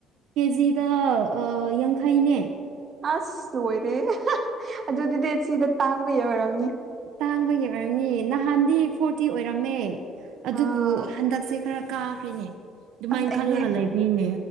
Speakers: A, on the right (about 80°); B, on the right (about 40°).
A: ꯀꯦꯖꯤꯗ ꯑ ꯌꯥꯡꯈꯩꯅꯦ
B: ꯑꯁ ꯂꯣꯏꯔꯦ ꯑꯗꯨꯗꯨꯗꯤ ꯁꯤꯗ ꯇꯥꯡꯕ ꯌꯥ ꯑꯣꯏꯔꯝꯅꯦ
A: ꯇꯥꯡꯕ ꯌꯦꯛꯈꯝꯅꯤ ꯅꯍꯥꯟꯗꯤ ꯐꯣꯔꯇꯤ ꯑꯣꯏꯔꯝꯃꯦ ꯑꯗꯨꯕꯨ
B: ꯑꯥ
A: ꯍꯟꯗꯛꯁꯦ ꯈꯔ ꯀꯥꯈ꯭ꯔꯦꯅꯦ ꯑꯗꯨꯃꯥꯏꯅ
B: ꯑꯁ ꯑꯩꯗꯤ
A: ꯈꯜꯂꯒ ꯂꯩꯕꯤꯅꯦ